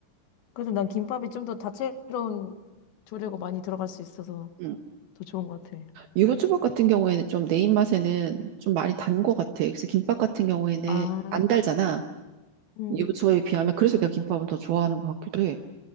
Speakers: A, on the left; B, on the right.
A: 그래도 난 김밥이 좀 더 다채로운 조리고 많이 들어갈 수 있어서
B: 응.
A: 더 좋은 것 같아.
B: 유부초밥 같은 경우에는 좀 내 입맛에는 좀 많이 단 것 같아. 그래서 김밥 같은 경우에는
A: 아,
B: 안 달잖아.
A: 음,
B: 유부초에 비하면 그래서 내가 김밥을 더 좋아하는 것 같기도 해.